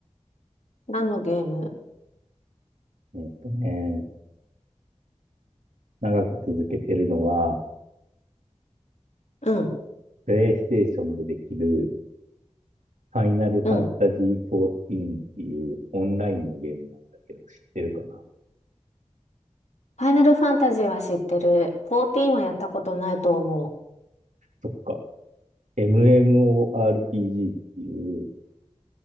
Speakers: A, on the left; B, on the right.
A: 何のゲーム
B: えっとね、長く続けてるのは、
A: うん、
B: プレイステーションでできる、ファイナルファンタジー14っていうオンラインのゲームなんだけど、
A: うん。
B: 知ってるかな
A: ファイナルファンタジーは知ってる。14はやったことないと思
B: そっか。MMORPG っていう、